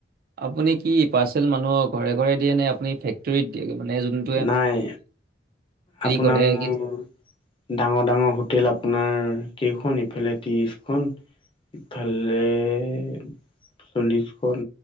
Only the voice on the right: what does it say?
আপুনি কি, পাৰ্চেল মানুহক ঘৰে ঘৰে দিয়ে নে আপুনি ফেক্টৰীত দিয়ে মানে যোন-
কৰে
কি